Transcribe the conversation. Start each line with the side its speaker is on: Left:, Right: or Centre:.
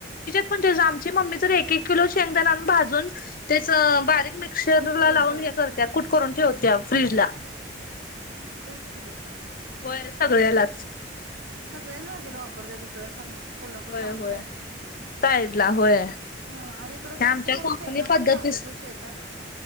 Left: म्हणजे आमची मम्मी तर ऐक ऐक किलो शेंगदाणा भाजून तेच बारीक मिक्सर
Right: कूट करून
Left: ला लावून
Right: ठेवायच
Left: हे करत्या कुट करून ठेवत्या फ्रीजला
Right: किती आहे
Left: होय सगळ्यालाच
Right: सगळ्याच भाजीला वापरतात इकड सां कोल्हापूर
Left: होय
Right: सांगली
Left: होय.
Right: साईडला
Left: साईड ला होय
Right: ह आणि इकड जास्त
Left: आमच्या
Right: करून
Left: कोकणी
Right: शेंगा
Left: पद्धतीस
Right: पण लावत्यात शेतात